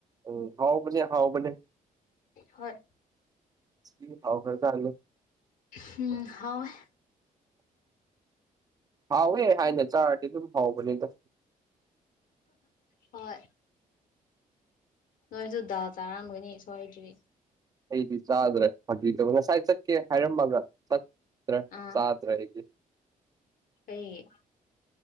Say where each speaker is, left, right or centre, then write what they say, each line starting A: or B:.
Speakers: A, on the right; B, on the left.
A: ꯎꯝ ꯍꯥꯎꯕꯅꯦ ꯍꯥꯎꯕꯅꯦ
B: ꯍꯣꯏ
A: ꯊꯤ ꯍꯥꯎꯈ꯭ꯔ ꯖꯥꯠꯅꯦ
B: ꯍꯨꯝ ꯍꯥꯎꯌꯦ
A: ꯍꯥꯎꯋꯦ ꯍꯥꯏꯅ ꯆꯥꯔꯗꯤ ꯑꯗꯨꯝ ꯍꯥꯎꯕꯅꯤꯗ
B: ꯍꯣꯏ ꯅꯣꯏꯁꯨ ꯗꯥꯜ ꯆꯥꯔꯝꯒꯅꯤ ꯁꯣꯏꯗ꯭ꯔꯤ
A: ꯑꯩꯗꯤ ꯆꯥꯗꯔꯦ ꯐꯥꯒꯤ ꯇꯧꯕ‌ꯉꯁꯥꯏ ꯆꯠꯀꯦ ꯍꯥꯏꯔꯝꯃꯒ ꯆꯠ ꯈꯔ
B: ꯑꯥ
A: ꯆꯥꯗ꯭ꯔꯦ ꯑꯩꯗꯤ
B: ꯑꯩ